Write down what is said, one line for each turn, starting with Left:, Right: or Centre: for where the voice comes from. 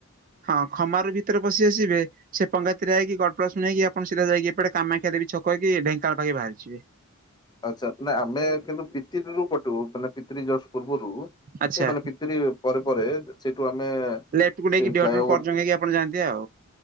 Right: ହଁ ଖମାରୋ ଭିତରେ ପସି ଆସିବେ ସେ ପଙ୍ଗାତିରେଇକା ଗଡପଳାଶୁଣି ହେଇକି ଆପଣ ଯାଇକି ଏପଟେ କାମାକ୍ଷାଦେବୀ ଛକ ହେଇକି ଢେଙ୍କାନାଳ ପାଖେ ବାହାରିଯିବେ।
Left: ଆଚ୍ଛା ଆମେ କିନ୍ତୁ ପିତିରିରୁ କଟିବୁ ମାନେ ପିତିିରି ଜଷ୍ଟ ପୂର୍ବରୁ
Right: ଆଚ୍ଛା
Left: ଏ ମାନେ ପିତିରି ପରେ ପରେ ସେଇଠୁ ଆମେ
Right: <unintelligible> ପର୍ଜଙ୍ଗ
Left: ସେଇ ଫ୍ଲାଏଓଭର
Right: ହେଇକି ଆପଣ ଯାଆନ୍ତି ଆଉ